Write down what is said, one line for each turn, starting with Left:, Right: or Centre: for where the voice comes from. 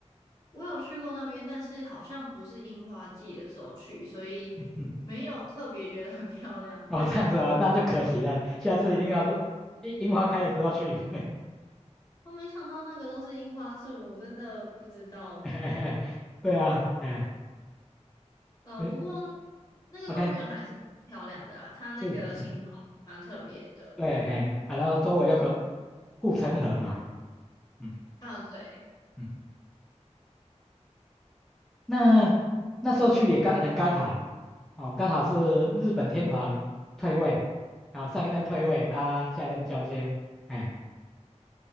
Left: 我有去过那边，但是好像不是樱花季的时候去，所以没有特别觉得很漂亮。
Centre: 嗯嗯，哦，
Left: 还有，
Centre: 这样子啊，那就可惜了，下次一定要是樱樱花开的时候去。
Left: 我没想到那个都是樱花树，真的不知道。
Centre: <laughs> 对啊，哎，
Left: 嗯、
Centre: 嗯
Left: 不过那个公园还是漂亮的啦，
Centre: ，OK，
Left: 它那个形状蛮特别的。
Centre: 是，嗯，对，哎，啊，然后周围有个护城河嘛，嗯
Left: 啊，对。
Centre: 嗯，那那时候去也刚很刚好，哦，刚好是日本天皇退位，啊，上一任退位啊，下一任交接，哎，